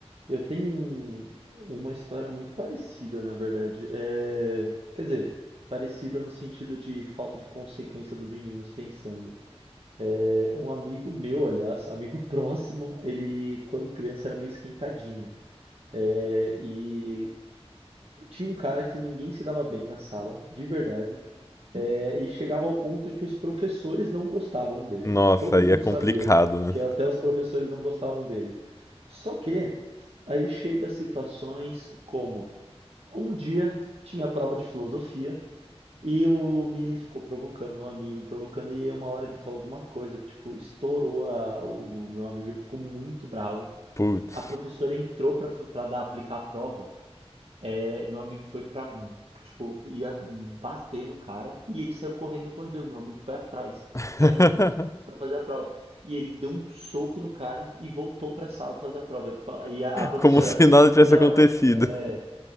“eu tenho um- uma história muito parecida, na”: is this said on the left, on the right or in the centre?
Right